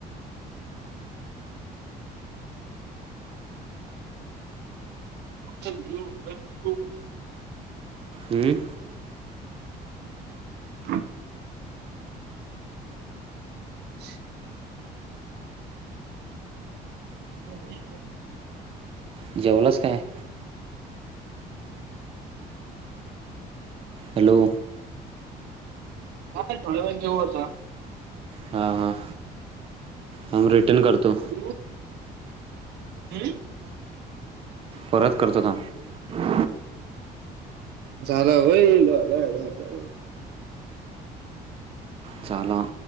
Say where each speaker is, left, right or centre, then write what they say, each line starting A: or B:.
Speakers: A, on the right (about 75°); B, on the right (about 35°).
A: अ
B: हम्म
A: <inaudible> <inaudible> सजी
B: जेवलास काय? हॅलो
A: का थोड्या वेळात जेऊ आता
B: हां हां थांब रिटर्न करतो.
A: त हम
B: परत करतो थांब.
A: झाला व्यय झाल अअअ
B: झाला